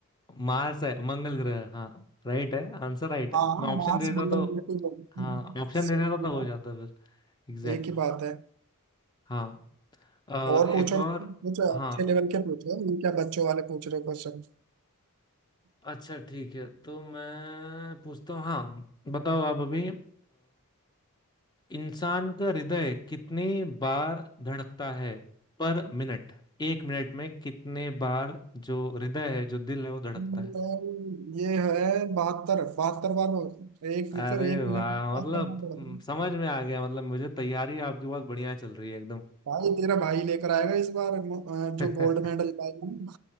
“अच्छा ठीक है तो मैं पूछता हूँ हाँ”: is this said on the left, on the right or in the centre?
Left